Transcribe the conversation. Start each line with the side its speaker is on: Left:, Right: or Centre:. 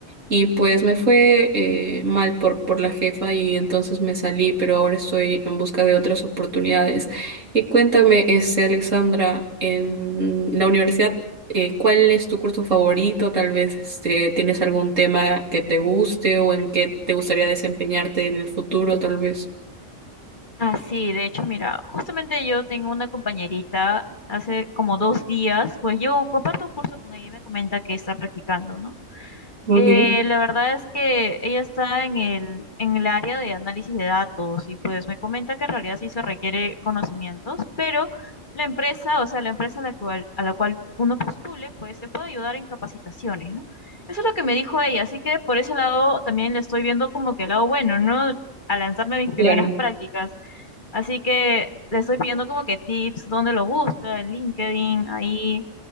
Right: Y pues me fue eh, mal por, por la jefa y entonces me salí, pero ahora estoy en busca de otras oportunidades. Y cuéntame, este, Alexandra, en la universidad, eh, ¿cuál es tu curso favorito? Tal vez este, tienes algún tema que te guste o en qué te gustaría desempeñarte en el futuro, tal vez.
Left: Ah, sí, de hecho, mira, justamente yo tengo una compañerita hace como dos días, pues yo comparto un curso con ella y me comenta que está practicando, ¿no?
Right: Ok,
Left: Eh, la verdad es que ella está en el, en el área de análisis de datos y pues me comenta que en realidad sí se requiere conocimientos, pero la empresa, o sea, la empresa a la cual, a la cual uno postule, pues te puede ayudar en capacitaciones, ¿no? Eso es lo que me dijo ella, así que por ese lado también le estoy viendo como que el lado bueno, ¿no? A lanzarme a mis primeras
Right: claro,
Left: prácticas. Así que le estoy pidiendo como que tips, dónde lo busca, en LinkedIn, ahí